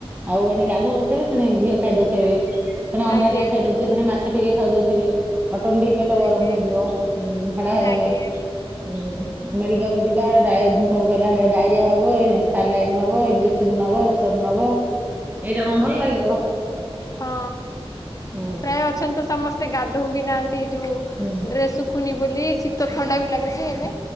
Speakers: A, on the right; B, on the left.
A: ଆଉ ଏଣେ ଗାଧଉନଥିବେ, ସେଣେ ଘିଅ ଖାଇଦଉଥିବେ, ସେଣେ ଅଣ୍ଡା
B: ଆଜ୍ଞା
A: ଟିକଏ ଖାଇଦଉ ଥିବେ, ପୁଣି ମାଛ ଟିକେ ଖାଇଦଉଥିବେ। ଅଟମେଟିକ ପେଟ
B: ଆଜ୍ଞା
A: ଗରମ ହେଇଯିବ ଝାଡା ହେବେ।
B: ଆଜ୍ଞା
A: ହଁ ମେଡିକାଲ ଯିବା ଡାଇ କଣ କହିଲା ହେଟା ଡାଇରିଆ ହବ ଏଇ ସଲାଇନ୍ ନବ ଇଞ୍ଜେସ ସନ୍ ନବ ଔଷଧ ନବ। ହଁ ଭଲ ଲାଗିବ।
B: ହଁ
A: ହୁଁ
B: ପ୍ରାୟ ଅଛନ୍ତି ତ ସମସ୍ତେ ଗାଧୋଉ ବି ନାହାନ୍ତି ଯୋଉ
A: ହୁଁ
B: ଡ୍ରେସ ଶୁଖୁନି ବୋଲି ଶୀତ ଥଣ୍ଡା ବି ଲାଗୁଛି ଏବେ।